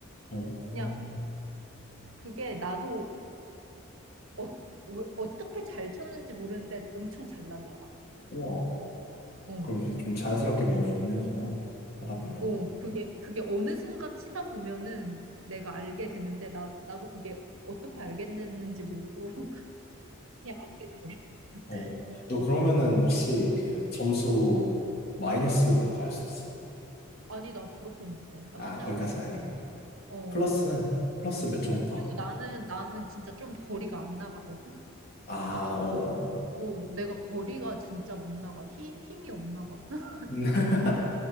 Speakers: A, on the left; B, on the right.
A: 어,
B: 그냥 그게 나도 어, 왜- 어떻게 잘 쳤는지 모르는데 엄청 잘 날라가.
A: 우와.
B: 어.
A: 그럼 이게 좀 자연스럽게 몸에 있는구나. 하다 보면.
B: 어, 그게 그게 어느 순간 치다 보면은 내가 알게 되는데 나 나도 그게 어떻게 알게 됐는지 모르고 <laughs> 그냥 알게 돼.
A: 어, 너
B: 어.
A: 그러면은 혹시 그 점수 마이너스도 갈 수 있어?
B: 아니 나 그렇게 못해. 나
A: 아,
B: 맨날
A: 거기까지는
B: 플러스.
A: 아니고.
B: 어.
A: 플러스, 플러스 몇 정도
B: 어 그리고
A: 나와?
B: 나는 나는 진짜 좀 거리가 안 나가거든.
A: 아, 어,
B: 어, 내가 거리가 진짜 못 나가. 힘, 힘이 없나 봐. <laughs>
A: 음, <laughs>